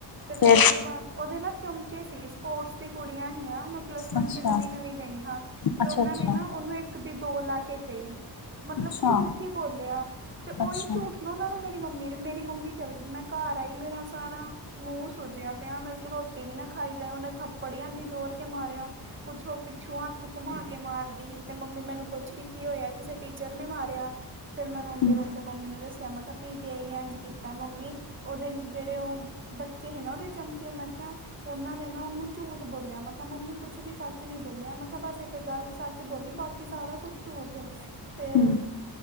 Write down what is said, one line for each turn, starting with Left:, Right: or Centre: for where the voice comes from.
Right: ਤੇ ਫੇਿਰ
Left: ਫੇਰ
Right: ਉਸ ਤੋਂ ਬਾਦ ਉਹਦੇ ਨਾ ਚਮਚੇ ਸੀ ਸਪੋਰਟਸ ਦੀ ਕੁੜੀਆਂ ਹੀਆਂ ਮਤ ਪਲੱਸ ਵਨ
Left: ਅੱਛਾ
Right: ਚ ਨਵੀਂ ਨਵੀਂ ਗਈ ਹਾਂ ਤੇ
Left: ਅੱਛਾ
Right: ਉਹਨਾਂ
Left: ਅੱਛਾ
Right: ਨੇ ਨਾ ਉਹਨੂੰ ਇੱਕ ਟਿ ਲਾ ਕੇ ਗਈ ਮਤਲਬ
Left: ਅੱਛਾ,
Right: ਝੂਠ ਹੀ ਬੋਲਿਆ ਤੇ ਉਹੀ
Left: ਅੱਛਾ,
Right: ਝੂਠ ਨੋ ਉਹਨਾਂ ਨੇ ਮੇਰੀ ਮੰਮੀ ਮੇਰੀ ਮੰਮੀ ਚਲੇ ਗਈ ਮੈਂ ਘਰ ਆਈ ਮੇਰਾ ਸਾਰਾ ਮੂੰਹ ਸੁੂਜਿਆ ਪਿਆ ਮੇਰੇ ਤੋ ਰੋਟੀ ਵੀ ਨਾ ਖਾਈ ਜਾਏ ਉਹਨੇ ਥੱਪੜ ਇਨੀ ਜੋਰ ਕੇ ਮਾਰਿਆ ਕੁੱਛ ਉਹ ਪਿੱਛੋਂ ਹੱਥ ਘੁੰਮਾ ਕੇ ਮਾਰਦੀ ਸੀ ਤੇ ਮੰਮੀ ਮੈਨੂੰ ਪੁੱਛ ਰਹੀ ਕੀ ਹੋਇਆ ਕਿਸੇ ਟੀਚਰ ਨੇ ਮਾਰਿਆ ਫੇਰ ਮੈਂ ਰੋਂਦੇ
Left: ਹੂੰ,
Right: ਰੋਂਦੇ ਮੰਮੀ ਨੂੰ ਦਸ ਆ ਮੈਂ ਕਿਹਾ ਪੀਟੀ ਆਈ ਨੇ ਅੱਜ ਕੀਤਾ ਮੰਮੀ ਉਹਦੇ ਜਿਹੜੇ ਉਹ ਬੱਚੇ ਨਾ ਉਹਦੇ ਚਮਚੇ, ਮੈਂ ਕਿਹਾ ਉਹਨਾਂ ਨੇ ਨਾ ਉਹਨੂੰ ਝੂਠ ਬੋਲਿਆ, ਮੈਂ ਕਿਹਾ ਮੰਮੀ ਕੁੱਛ ਵੀ ਸੱਚ ਨੀ ਬੋਲਿਆ, ਮੈਂ ਕਿਹਾ ਬਸ ਤੇ ਗੱਲ ਸੱਚ ਬੋਲੀ, ਬਾਕੀ ਸਾਰਾ ਕੁੱਝ ਝੂਠ, ਫੇਰ
Left: ਹੂੰ,